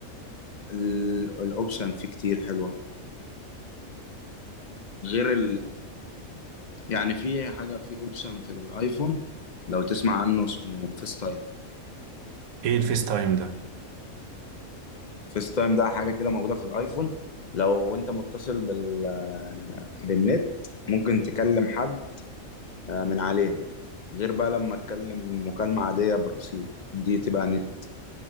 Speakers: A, on the left; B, on the right.
A: ال- الاوبشن فيه كتير حلوة غير يعني في حاجة في اوبشن في الايفون لو تسمع عنه اسمه فيس تايم
B: ايه الفيس تايم ده
A: فيس تايم ده حاجة كده موجودة في الايفون لو انت متصل بال بالنت ممكن تكلم حد آه، من عليه غير بقى لما تكلم مكالمة عادية برصيد دي تبقى نت